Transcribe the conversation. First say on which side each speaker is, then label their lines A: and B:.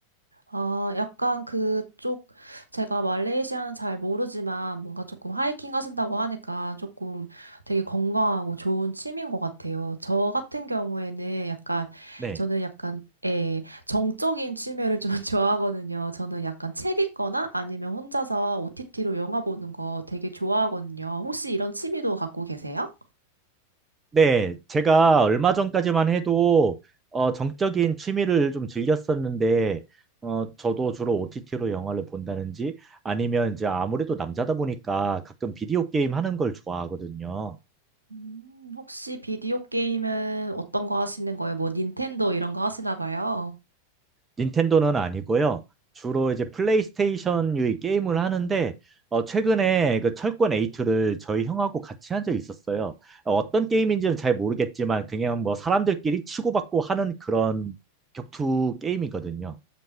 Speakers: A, on the right; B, on the right.
A: 아, 약간 그쪽, 제가 말레이시아는 잘 모르지만 뭔가 조금 하이킹 하신다고 하니까 조금 되게 건강하고 좋은 취미인 것 같아요. 저 같은 경우에는 약간,
B: 네.
A: 저는 약간, 예, 정적인 취미를 좀 <laughs> 좋아하거든요. 저는 약간 책 읽거나 아니면 혼자서 OTT로 영화 보는 거 되게 좋아하거든요. 혹시 이런 취미도 갖고 계세요?
B: 네. 제가 얼마 전까지만 해도 어, 정적인 취미를 좀 즐겼었는데 어, 저도 주로 OTT로 영화를 본다든지 아니면 이제 아무래도 남자다 보니까 가끔 비디오 게임 하는 걸 좋아하거든요.
A: 음, 혹시 비디오 게임은 어떤 거 하시는 거예요? 뭐 닌텐도 이런 거 하시나 봐요.
B: 닌텐도는 아니고요. 주로 이제 플레이스테이션 유의 게임을 하는데 어, 최근에 그 철권 8를 저희 형하고 같이 한 적이 있었어요. 어떤 게임인지는 잘 모르겠지만 그냥 뭐 사람들끼리 치고받고 하는 그런 격투 게임이거든요.